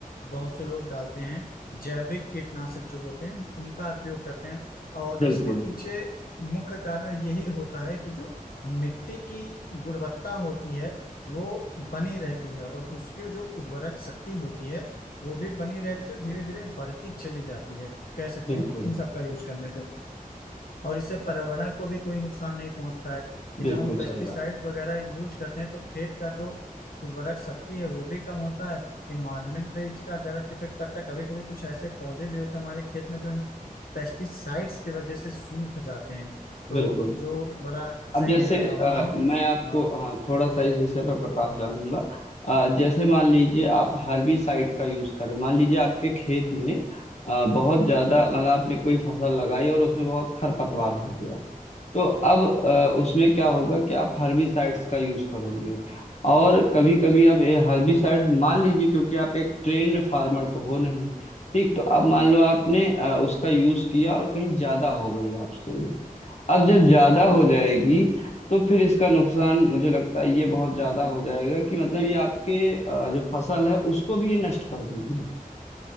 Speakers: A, on the left; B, on the left.
A: बहुत से लोग डालते हैं जैविक कीटनाशक जो होते हैं उनका उपयोग करते हैं और
B: बिल्कुल
A: इसके पीछे मुख्य कारण यही होता है कि जो मिट्टी की गुणवत्ता होती है वो बनी रहती है और उसकी जो उर्वरक शक्ति होती है वो भी बनी रहती है और धीरे धीरे बढ़ती चली जाती है कह सकते
B: बिल्कुल
A: हैं इन सब का यूज करने से और इससे पर्यावरण को भी कोई नुकसान नहीं पहुंचता है कि
B: बिल्कुल
A: जब हम पेस्टिसाइड्स
B: सही बात
A: वगैरह यूज करते हैं तो खेत का जो उर्वरक शक्ति है वो भी कम होता है इन्वायरमेंट पे इसका डायरेक्ट इफेक्ट पड़ता है कभी कभी कुछ ऐसे पौधे भी होते हैं हमारे खेत में जो इन पेस्टिसाइड्स की वजह से सूख जाते हैं तो
B: बिल्कुल
A: जो बड़ा सही
B: अब जैसे
A: नहीं रहता
B: अ,
A: मानो
B: मैं आपको
A: हाँ
B: हाँ थोड़ा सा इस विषय पर प्रकाश डालूंगा अ, जैसे मान लीजिए आप हर्बिसाइड का यूज करें मान लीजिए आपके खेत में अ, बहुत ज्यादा मतलब आपने कोई फसल लगाई और उसमें बहुत खरपतवार हो गया तो अब अ, उसमें क्या होगा कि आप हर्बिसाइड्स का यूज करोगे और कभी कभी आप ये हर्बिसाइड्स मान लीजिए क्योंकि आप एक ट्रेन्ड फार्मर तो हो नहीं ठीक तो अब मान लो आपने अ, उसका यूज किया और कहीं ज्यादा हो गई आपसे ये। अब जब ज्यादा हो जाएगी तो फिर इसका नुकसान मुझे लगता है ये बहुत ज्यादा हो जाएगा कि मतलब ये आपके अ, जो फसल है उसको भी ये नष्ट कर देगी